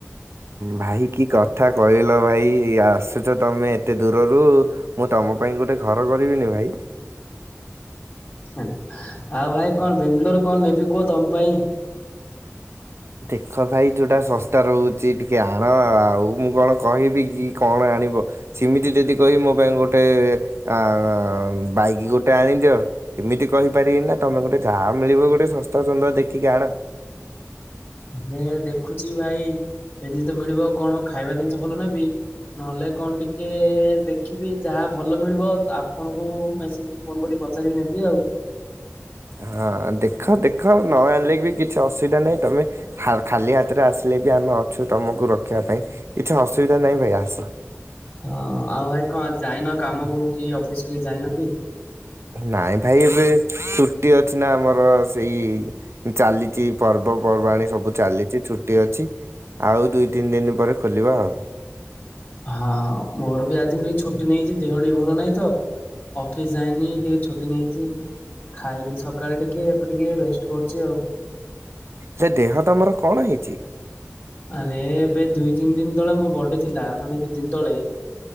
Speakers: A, on the right (about 60°); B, on the left (about 45°).
A: ଭାଇ କି କଥା କହିଲ ଭାଇ, ଆସୁଛ ତମେ ଏତେ ଦୂରରୁ। ମୁଁ ତମ ପାଇଁ ଗୋଟେ ଘର କରିବିନି ଭାଇ।
B: ଆଉ ଭାଇ, କଣ ବେଙ୍ଗାଲୋରରୁ କଣ ନେବି କୁହ ତମ ପାଇଁ?
A: ଦେଖ ଭାଇ ଯୋଉଟା ଶସ୍ତା ରହୁଛି ଟିକେ ଆଣ ଆଉ। ମୁଁ କଣ କହିବି କି କଣ ଆଣିବ? ସେମିତି ଯଦି କହିବି, ମୋ ପାଇଁ ଗୋଟେ ଅ ବାଇକ୍ ଗୋଟେ ଆଣିଦିଅ। ସେମିତି କହିପାରିବିନି ନା, ତମେ ଗୋଟେ ଯାହା ମିଳିବ ଗୋଟେ ଶସ୍ତା ସୁନ୍ଦର ଦେଖିକି ଆଣ।
B: ହେଲେ ଦେଖୁଛି ଭାଇ ଏଠି ଯଦି ମିଳିବ କଣ ଖାଇବା ଜିନିଷ ଭଲ ନେବି। ନହେଲେ କଣ ଟିକେ ଦେଖିବି ଯାହା ଭଲ ମିଳିବ ଆପଣଙ୍କୁ ମେସେଜ ଫୋନ କରିକି ପଚାରିକି ନେବି ଆଉ।
A: ହଁ ଦେଖ ଦେଖ, ନ ଆଣିଲେ ବି କିଛି ଅସୁବିଧା ନାହିଁ ତମେ ଖାଲି ହାତରେ ଆସିଲେ ବି ଆମେ ଅଛୁ ତମକୁ ରଖିବା ପାଇଁ କିଛି ଅସୁବିଧା ନାହିଁ ଭାଇ ଆସ।
B: ହଁ ଆଉ ଭାଇ କଣ ଯାଇନ କାମକୁ କି ଅଫିସକୁୁ କି ଯାଇନ କି?
A: ନାଇଁ ଭାଇ ଏବେ ଛୁଟି ଅଛି ନା ଆମର ସେଇ ଚାଲିଛି ପର୍ବପର୍ବାଣି ସବୁ ଚାଲିଛି ଛୁଟି ଅଛି ଆଉ ଦୁଇ ତିନି ଦିନ ପରେ ଖୋଲିବା ଆଉ
B: ହଁ ମୋର ବି ଆଜି ମୁଁ ଟିକେ ଛୁଟି ନେଇଛି ଦେହ ଟିକେ ଭଲ ନାହିଁ ତ? ଅଫିସ ଯାଇନି ଟିକେ ଛୁଟି ନେଇଛି। ଖାଇଲି ସକାଳେ ଟିକେ ଏବେ ଟିକେ ରେଷ୍ଟ କରୁଛି ଆଉ
A: ହେ ଦେହ ତୁମର କଣ ହେଇଛି?
B: ଆରେ ଏବେ ଦିଇ ତିନି ଦିନ ତଳେ ମୋ ବର୍ଥଡେ ଥିଲା ମାନେ ଦି ଦିନ ତଳେ।